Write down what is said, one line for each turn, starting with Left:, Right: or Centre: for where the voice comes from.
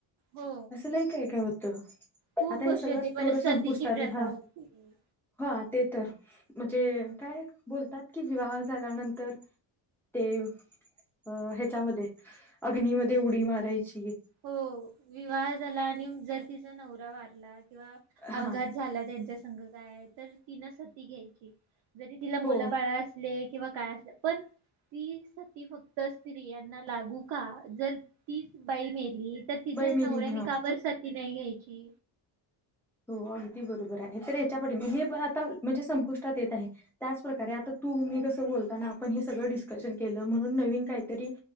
Right: हो
Centre: असं लय काय-काय होतं.
Right: खूप
Centre: आता
Right: गोष्टी
Centre: हे सगळं
Right: होती परत
Centre: थोडं
Right: सतीची
Centre: संपुष्टात
Right: प्रथा
Centre: आहे. हा,
Right: होती
Centre: हा, ते तर म्हणजे काय बोलतात की, विवाह झाल्यानंतर ते अ ह्याच्यामध्ये, अग्नीमध्ये उडी मारायची.
Right: हो, विवाह झाला आणि जर तिचा नवरा वारला किंवा
Centre: हा
Right: अपघात झाला त्यांच्या संग जायाच तर तिने सती घ्यायची, जरी तिला मुलं
Centre: हो
Right: बाळं असली ले किंवा काय असले, पण ती सती फक्त स्त्रियांना लागू का, जर तीच बाई मेली तर, तिच्याच
Centre: बैमिली
Right: नवऱ्यानीं
Centre: हा
Right: का बरं सती नाही घ्यायची.
Centre: हो अगदी बरोबर आहे. तर याच्या पाठीमागे हे पण आता म्हणजे संपुष्टात येत आहे. त्याचप्रकारे आता तू मी कसं बोलताना आपण हे सगळं डिस्कशन केलं म्हणून नवीन काहीतरी